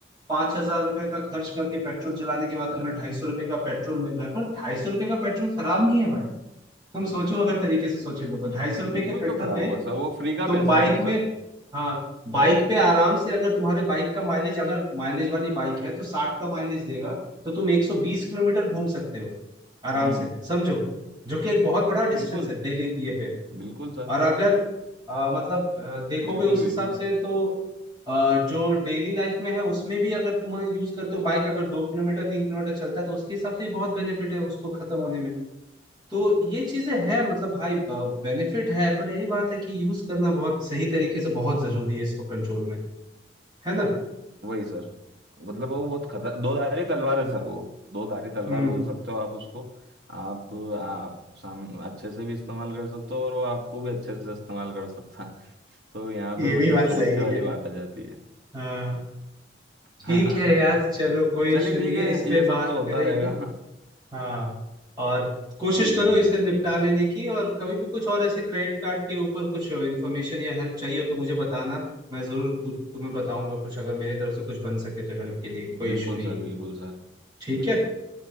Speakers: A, on the right; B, on the right.
A: पांच हजार रुपये का खर्च करके पेट्रोल जलाने के बाद
B: अरे
A: तुम्हें ढाई सौ रुपये का पेट्रोल मिल रहा है पर ढाई सौ रुपये का पेट्रोल खराब नहीं है भाई तुम सोचो अगर तरीके से सोचेगे तो तो ढाई सौ रुपए
B: बिल्कुल
A: के पेट्रोल
B: क्यों खराब
A: में
B: होगा सर वो फ्री का
A: तुम
B: पैसा
A: बाइक
B: है ना
A: में
B: सर
A: हाँ बाइक पे आराम से अगर तुम्हारे बाइक का माइलेज अगर माइलेज वाली बाइक है तो साठ का माइलेज देगा तो तुम एक सौ बीस किलोमीटर घूम सकते हो आराम
B: हम्म
A: से समझो जो कि एक बहुत बड़ा डिस्टेंस
B: बिल्कुल
A: है डेली ये पे
B: बिल्कुल सर
A: और अगर अ, मतलब अ, देखोगे
B: बिल्कुल
A: उस
B: बिल्कुल
A: हिसाब से तो अ, जो डेली लाइफ में है उसमें भी अगर तुम यूज करते हो बाइक अगर दो किलोमीटर तीन किलोमीटर चलता है तो उसके हिसाब से भी बहुत बेनिफिट है उसको खत्म होने में तो ये चीजें हैं मतलब भाई बेनिफिट है पर यही बात है कि यूज करना बहुत सही तरीके से बहुत जरूरी है इसको कंट्रोल में है ना
B: वही सर मतलब वो बहुत खतर दो धारी तलवार है सर वो दो धारी तलवार
A: हम्म
B: बोल सकते हो आप उसको आप आप साम अच्छे से भी इस्तेमाल कर सकते हो और वो आपको भी अच्छे से इस्तेमाल कर सकता है। तो यहाँ
A: ये
B: पे
A: भी
B: बड़ी
A: बात
B: समस्या
A: सही
B: वाली
A: है
B: बात आ जाती है
A: हाँ
B: <laughs>
A: ठीक है यार चलो कोई
B: चलिए
A: इशू नहीं
B: ठीक
A: है
B: है
A: इस पे
B: ये
A: बात
B: सब तो होता
A: करेंगे
B: रहेगा
A: हाँ और
B: <laughs>
A: कोशिश
B: जी
A: करो
B: जी
A: इसे
B: जी
A: निपटा
B: ठीक है
A: लेने की और कभी भी कुछ और ऐसे क्रेडिट कार्ड के ऊपर कुछ इन्फॉर्मेशन या हेल्प चाहिए हो तो मुझे बताना मैं जरूर पू- तुम्हें बताऊंगा कुछ अगर मेरी तरफ से कुछ बन सके तो हेल्प के लिए कोई
B: बिल्कुल
A: इशू नहीं
B: सर
A: है
B: बिल्कुल सर
A: ठीक
B: बिल्कुल
A: है